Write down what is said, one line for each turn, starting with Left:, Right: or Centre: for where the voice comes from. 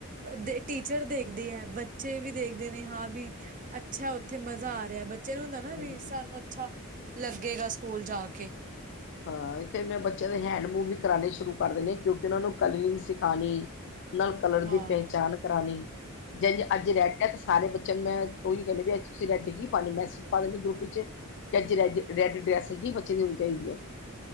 Right: ਦੇ ਟੀਚਰ ਦੇਖਦੇ ਹੈ ਬ ਬੱਚੇ ਵੀ ਦੇਖਦੇ ਨੇ ਹਾਂ ਵੀ ਅੱਛਾ ਉੱਥੇ ਮਜ਼ਾ ਆ ਰਿਹਾ ਬੱਚੇ ਨੂੰ ਹੁੰਦਾ ਨਾ ਵੀ
Left: ਹੂੰ
Right: ਸਾਨੂੰ ਅੱਛਾ ਲੱਗੇਗਾ ਸਕੂਲ ਜਾ ਕੇ
Left: ਹਾਂ ਫੇਰ ਮੈਂ ਬੱਚਿਆਂ ਦੇ ਹੈਂਡ ਮੂਵ ਵੀ ਕਰਾਣੇ ਸ਼ੁਰੂ ਕਰ ਦੇਣੇ ਕਿਉਂਕਿ ਉਹਨਾਂ ਨੂੰ ਕਲਰਿੰਗ ਸਿਖਾਨੀ ਨਾਲ ਕਲਰ
Right: ਹਾਂ
Left: ਦੀ ਪਹਿਚਾਨ ਕਰਾਨੀ ਜੈ ਅੱਜ ਰੈਡ ਐ ਸਾਰੇ ਬੱਚਿਆਂ ਨੂੰ ਮੈਂ ਉਹੀ ਕਹਿੰਦੀ ਪਈ ਅਜ ਤੁਸੀਂ ਰੈਡ ਹੀ ਪਾਨੇ ਮੈਸੇਜ ਪਾ ਦਿੰਦੀ ਗਰੁੱਪ ਇਚ ਕਿ, ਅੱਜ ਰੈੱ ਰੈੱਡ ਡਰੈਸ ਹੀ ਬੱਚੇ ਦੀ ਹੋਣੀ ਚਾਹੀਦੀ ਹੈ। <unintelligible>